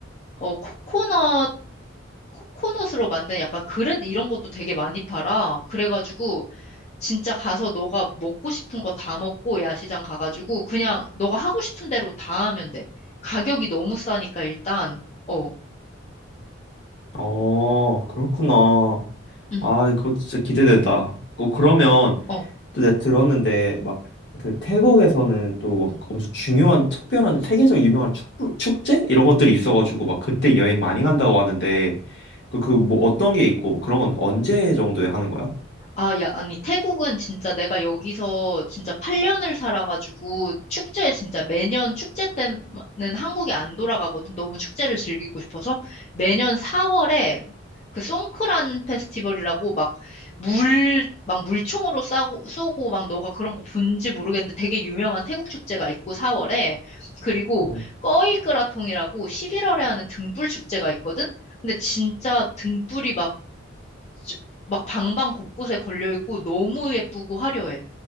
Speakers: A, on the left (about 35°); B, on the left (about 55°).
A: 어, 코코넛, 코코넛으로 만든 약간 그릇 이런 것도 되게 많이 팔아. 그래가지고, 진짜 가서 너가 먹고 싶은 거 다 먹고 야시장 가가지고 그냥 너가 하고 싶은 대로 다 하면 돼. 가격이 너무 싸니까 일단 어,
B: 어, 그렇구나.
A: 응,
B: 아, 그거 진짜 기대된다. 어, 그러면
A: 어,
B: 또 내가 들었는데 막 그 태국에서는 또 막
A: 응.
B: 엄청 중요한 특별한 세계적 유명한 축구, 축제 이런 것들이 있어가지고 막 그때 여행 많이 간다고 하는데 그 그 뭐 어떤 게 있고 뭐 그런 건 언제 정도에 하는 거야?
A: 아, 야, 아니 태국은 진짜 내가 여기서 진짜 8년을 살아가지고 축제 진짜 매년 축제 때는 한국에 안 돌아가거든. 너무 축제를 즐기고 싶어서 매년 4월에 그 송크란 페스티벌이라고 막 물, 막 물총으로 싸고, 쏘고 막 너가 그런 거 본지 모르겠는데 되게 유명한 태국 축제가 있고 4월에 그리고
B: 어,
A: 꺼이끄라통이라고 11월에 하는 등불 축제가 있거든? 근데 진짜 등불이 막, 쭈- 막 방방 곳곳에 걸려 있고 너무 예쁘고 화려해.